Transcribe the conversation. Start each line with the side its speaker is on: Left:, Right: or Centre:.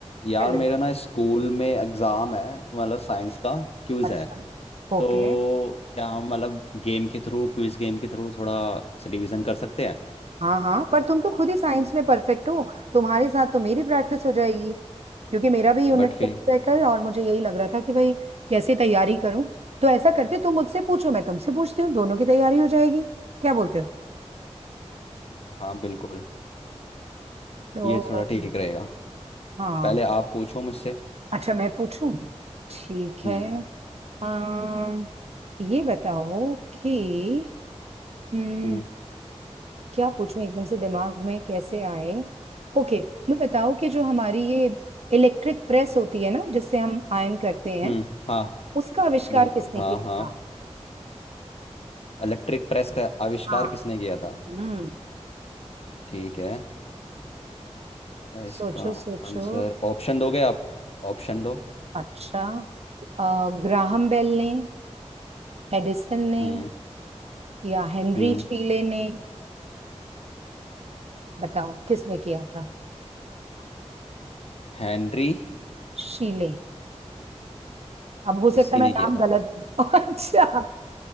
Left: यार
Right: हेलो
Left: मेरा ना स्कूल में एग्जाम है मतलब साइंस का क्विज
Right: अच्छा
Left: है तो
Right: ओके
Left: क्या हम मतलब गेम के थ्रू क्विज गेम के थ्रू थोड़ा रिवीजन कर सकते हैं
Right: हाँ हाँ पर तुम तो खुद ही साइंस में परफेक्ट हो तुम्हारे साथ तो मेरी प्रैक्टिस हो जाएगी क्योंकि मेरा भी यूनिट
Left: बट फिर
Right: टेस्ट है कल और मुझे यही लग रहा था कि भाई कैसे तैयारी करूं तो ऐसा करते तुम मुझसे पूछो मैं तुमसे पूछती हूँ दोनों की तैयारी हो जाएगी क्या बोलते हो
Left: हाँ बिल्कुल
Right: तो
Left: ये थोड़ा ठीक रहेगा
Right: हाँ
Left: पहले आप पूछो मुझसे
Right: अच्छा मैं पूछूं ठीक
Left: हम्म
Right: है अम, ये बताओ कि हम्म,
Left: हम्म
Right: क्या पूछूं एकदम से दिमाग में कैसे आए ओके मैं बताऊं कि जो हमारी ये इलेक्ट्रिक प्रेस होती है ना जिससे हम आयन करते हैं
Left: हम्म हाँ
Right: उसका आविष्कार
Left: बिल्कुल
Right: किसने
Left: हाँ
Right: किया
Left: हाँ
Right: था
Left: इलेक्ट्रिक प्रेस का आविष्कार
Right: हाँ
Left: किसने किया था
Right: हम्म
Left: ठीक है इसका
Right: सोचो सोचो
Left: आंसर ऑप्शन दोगे आप ऑप्शन दो
Right: अच्छा अ, ग्राहम बेल ने एडिसन ने
Left: हम्म
Right: या हेनरी
Left: हम्म
Right: शीले ने बताओ किसने किया था
Left: हेनरी
Right: शीले अब हो सकता
Left: इसी
Right: है मैं
Left: ने किया
Right: नाम
Left: था
Right: गलत <laughs> अच्छा